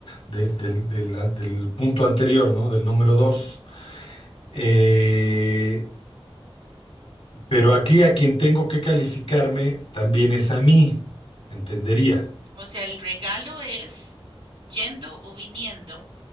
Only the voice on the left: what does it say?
de- del, de la- del punto anterior, ¿no? Del número dos. Eh, pero aquí a quien tengo que calificarme también es a mí, entendería.